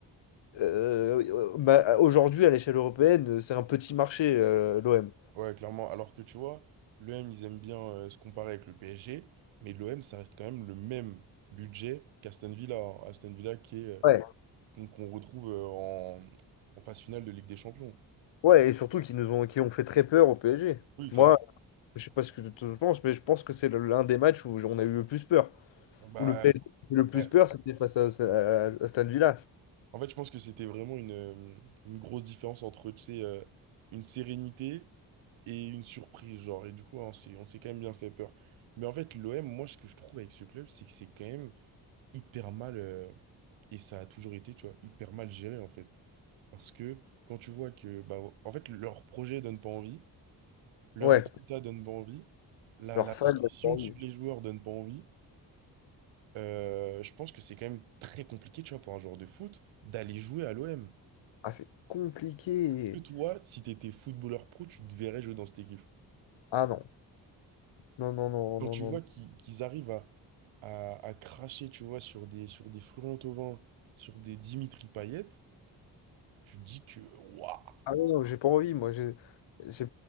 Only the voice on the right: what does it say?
Ouais, clairement. Alors que tu vois, l'OM, ils aiment bien euh, se comparer avec le PSG, mais l'OM, ça reste quand même le même budget qu'Aston Villa. hein. Aston Villa qui est, euh,
qu'on qu'on retrouve euh, en, en phase finale de Ligue des Champions.
Oui, clairement.
Bah,
ouais.
En fait, je pense que c'était vraiment une, euh, une grosse différence entre, tu sais, euh, une sérénité et une surprise, genre. Et du coup, on s'est, on s'est quand même bien fait peur. Mais en fait, l'OM, moi, ce que je trouve avec ce club, c'est que c'est quand même hyper mal, euh, et ça a toujours été, tu vois, hyper mal géré en fait. Parce que quand tu vois que, bah, en fait, leur projet donne pas envie, leurs
résultats donnent pas envie, la,
la
pression
sur les joueurs donne pas envie, euh, je pense que c'est quand même très compliqué, tu vois, pour un joueur de foot, d'aller jouer à l'OM.
Est-ce que toi, si t'étais footballeur pro, tu te verrais jouer dans cette équipe?
Quand
tu
vois
qu'ils qu'ils arrivent à, à, à cracher, tu vois, sur des, sur des Florent Thauvin, sur des Dimitri Payet, tu te dis que, waouh!